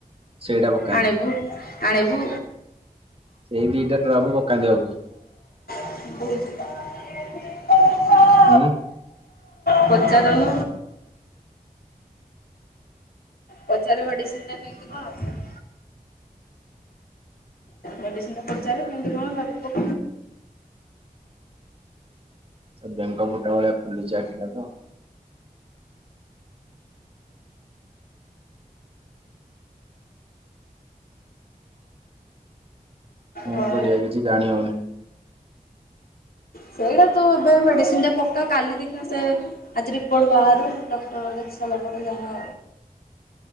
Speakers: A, on the right; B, on the left.
A: ସେଇଟା ପକାନ୍ତି,
B: ଆଣିବୁ ଆଣିବୁ
A: ସେଇ ଦିଟା ଡ୍ରପ ପକାନ୍ତି ଭାବୁଛି।
B: <unintelligible>
A: ହୁଁ
B: ପଚାରୁନୁ? ପଚାରେ ମେଡିସିନ ନା କେମିତି କଣ? ମେଡିସିନ୍ ଟା ପଚାରେ କେମତି କଣ ଲାଗିବ
A: ସେ ବେଙ୍ଗ ଫୁଟା ଭଳିଆ ଫୁଲିଛି ଆଖିଟା ତ। କଣ
B: ହଉ।
A: କରିବା କିଛି ଜାଣି ହଉନି।
B: ସେଇଟା ତୁ ଏବେ ମେଡିସିନ ଟା ପକା କାଲି ଦେଖା ସେ ଆଜି ରିପର୍ଟ ବାହାରୁ ଡକ୍ଟର ଦେଖି ସାରିଲା ପରେ ଯାହା